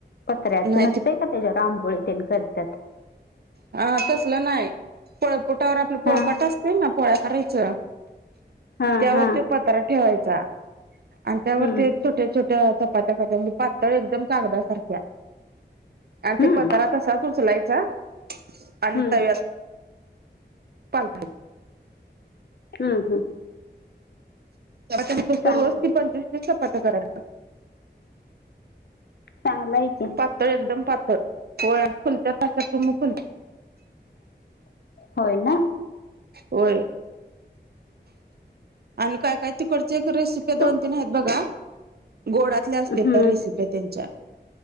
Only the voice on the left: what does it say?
पत्र्याचं
नसतंय त्याच्यात आंबोळी तेन करत्यात.
हां
हां
हां
हं
हं
हं
हू हू
चांगलं
चांगला आहे की,
होय ना.
तू
हं